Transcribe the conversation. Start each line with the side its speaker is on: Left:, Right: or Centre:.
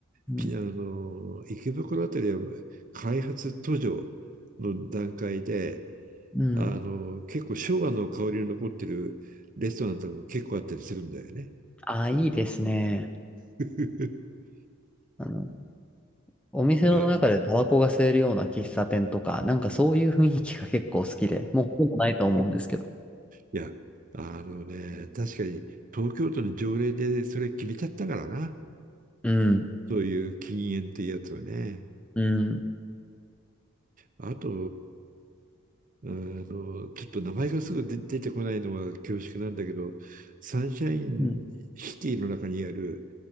Centre: うん。
Right: きあの、池袋あたりは開発途上の段階で、
Centre: うん。
Right: あの、結構昭和の香りの残ってるレストランとかも結構あったりするんだよね。
Centre: ああ、いいですね。
Right: <laughs>
Centre: あの、お店の中でタバコが吸えるような喫茶店とか、
Right: だからい
Centre: なんかそういう雰囲気が結構好きで、もうほとんどないと思うんですけど。
Right: や、あのね、確かに東京都の条例でそれ決めちゃったからな。
Centre: うん。
Right: そういう禁煙っていうやつはね。
Centre: うん。
Right: あと、あの、ちょっと名前がすぐ出出てこないのは恐縮なんだけど、サンシャインシティの中にある
Centre: うん。